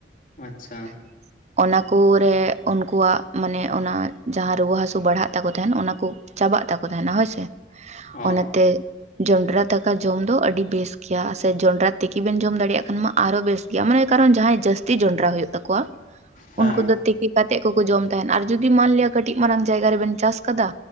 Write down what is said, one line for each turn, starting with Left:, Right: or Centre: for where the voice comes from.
Left: ᱟᱪᱪᱷᱟ ᱾
Right: <inaudible> ᱚᱱᱟ ᱠᱚ ᱨᱮ ᱩᱱᱠᱩᱣᱟᱜ ᱢᱟᱱᱮ ᱚᱱᱟ ᱡᱟᱦᱟᱸ ᱨᱩᱣᱟᱹ ᱦᱟᱹᱥᱩ ᱵᱟᱲᱦᱟᱜ ᱛᱟᱠᱚ ᱛᱟᱦᱮᱱ ᱚᱱᱟ ᱠᱚ ᱪᱟᱵᱟᱜ ᱛᱟᱠᱚ ᱛᱟᱦᱮᱱᱟ ᱦᱳᱭ ᱥᱮ
Left: ᱚ
Right: ᱚᱱᱟᱛᱮ ᱡᱚᱱᱰᱨᱟ ᱫᱟᱠᱟ ᱡᱚᱢ ᱫᱚ ᱟᱹᱰᱤ ᱵᱮᱥ ᱜᱮᱭᱟ ᱾ ᱥᱮ ᱡᱚᱸᱰᱨᱟ ᱛᱤᱠᱤ ᱵᱮᱱ ᱡᱚᱢ ᱫᱟᱲᱮᱭᱟᱜ ᱠᱷᱟᱱ ᱢᱟ ᱟᱨᱚ ᱵᱮᱥ ᱾ ᱜᱮᱭᱟ ᱢᱟᱱᱮ ᱠᱟᱨᱚᱱ ᱡᱟᱦᱟᱸᱭ ᱡᱟᱹᱥᱛᱤ ᱡᱚᱸᱰᱨᱟ ᱦᱩᱭᱩᱜ ᱛᱟᱠᱚᱣᱟ
Left: ᱦᱮᱸ
Right: ᱩᱱᱠᱩ ᱫᱚ ᱠᱟᱛᱮ ᱠᱚᱠᱚ ᱡᱚᱢ ᱛᱟᱦᱮᱱ ᱟᱨ ᱡᱩᱫᱤ ᱢᱟᱱᱞᱤᱭᱟ ᱠᱟᱹᱴᱤᱡ ᱢᱟᱨᱟᱝ ᱡᱟᱭᱜᱟ ᱨᱮᱵᱮᱱ ᱪᱟᱥ ᱟᱠᱟᱫᱟ